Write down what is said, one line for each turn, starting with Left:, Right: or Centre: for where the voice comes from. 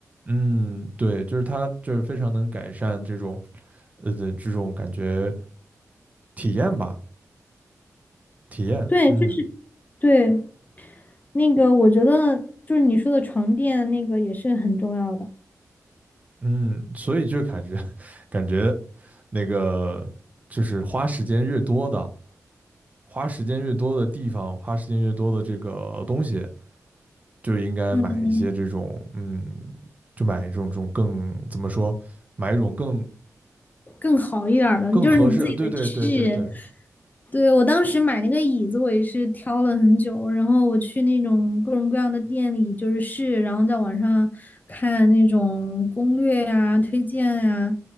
Right: 嗯，对，就是它就是非常能改善这种呃这种感觉体验吧，体验。
Left: 对，
Right: 嗯
Left: 就是对那个，我觉得就是你说的床垫那个也是很重要的。
Right: 嗯，所以就感觉 <laughs> 感觉那个就是花时间越多的，花时间越多的地方，花时间越多的这个东西，就应该买一些这种，
Left: 嗯。
Right: 嗯，就买一种这种更怎么说，买一种更
Left: 更好一点儿的，
Right: 更合适，
Left: 就是你自己得试。
Right: 对对对对对，
Left: 对，我当时买那个椅子，我也是挑了很久，然后我去那种各种各样的店里就是试，然后在网上看那种攻略呀、推荐呀，